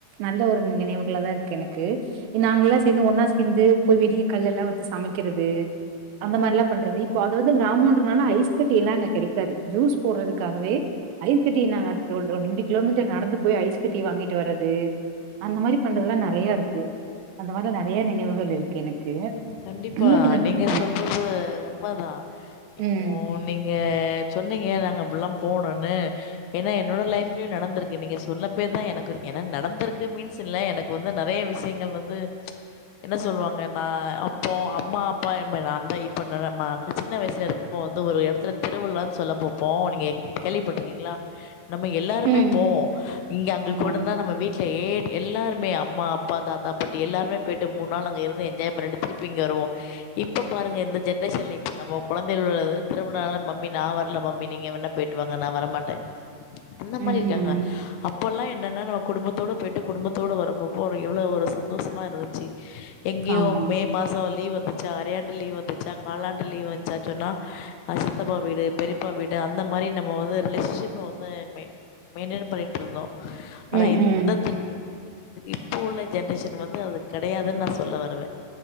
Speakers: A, on the right (about 75°); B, on the left (about 80°).
A: நல்ல ஒரு நி நினைவுகளாதா இருக்கு எனக்கு எ நாங்கல்லா சேந்து ஒன்னா சேந்து போய் வெளிய கல்லெல்லா வச்சு சமைக்கிறது அந்த மாரிலா பண்றது இப்போ அது வந்து கிராமோன்ற துனால ஐஸ் கட்டி எல்லா அங்க கெடைக்காது ஜூஸ் போடுறதுக்காகவே ஐஸ் கட்டிய நாங்க ரோடோ ரெண்டு கிலோமீட்டர் நடந்து போய் ஐஸ் கட்டிய வாங்கிட்டு வரது அந்த மாரி பண்றதுலா நெறையாருக்கு அந்த மாரிலா நெறையா நினைவுகள் இருக்கு எனக்கு
B: கண்டிப்பா
A: உங்களுக்கு இந்த
B: நீங்க
A: மாரி ஆ
B: சொல்றத் து உண்மதா இப்போ
A: ம்
B: நீங்க சொன்னீங்க நாங்க அப்புட்லாம் போகனுன்னு ஏனா என்னோட லைஃப்லையு நடந்துருக்கு நீங்க சொல்லப்பெய்தா எனக்கு என நடந்துருக்கு மீன்ஸ் இல்ல எனக் கு வந்து நெறைய விஷயங்கள் வந்து என்ன சொல்வாங்க நா அப் போ அம்மா அப்பாயெம்ப நாந்தா இப்ப நம்ம க சின்ன வயசுல இருக்கப்போ வந்து ஒரு எடத்துல திருவிழ்லான் சொல்ல பாப்போ நீங்க கேள்விப்பட்ருக்கீங்ளா நம்ம எல்லாருமே
A: ம்
B: போவோ இங்க அங்க
A: ஆமா
B: கூடருந்தா நம்ம வீட் ட்லயே எல்லாருமே அம்மா அப்பா தாத்தா பாட்டு எல்லாருமே போயிட்டு மூண் நாள் அங்க இருந்து என்ஜாய் பண்ணிட்டு திருப்பி இங்க வருவோ இப்ப பாருங்க இந்த ஜென்ரேஷன்ல இப்ப நம்ம கொழந்தைகள் உள்ளது திருவினாழ்னா மம்மி நா வரல மம்மி நீங்க வேணா போயிட் திட்டுவாங்க நா வர மாட்டே அந்த
A: ம்
B: மாரி இருக்காங்க
A: ம்.
B: அப்போல்லா என்னன்னா நம்ம குடும்பத்தோட போயிட்டு குடும்பத்தோட வரப்போ ஒரு எவ்வளவு ஒரு சந்தோஷமா இருந்துச்சு எங்கயும்
A: ஆமா
B: மாசோ லீவ் வந்துச்சா அறையாண்டு லீவ் வந்துச்சா காலாண்டு லீவ் வந்துச்சா சொன்னா அது சித்தப்பா வீடு பெரியப்பா வீடு அந்த மாரி நம்ம வந்து ரிலேஷன்ஷிப்ப வந்து மெயின்டென் பண்ணிட்டு இருந்தோ ஆனா
A: ம்
B: எந்த
A: ம்
B: த இப்ப உள்ள ஜென்ரேஷன் வந்து அது கெடையாதுன்னு நா சொல்ல வருவே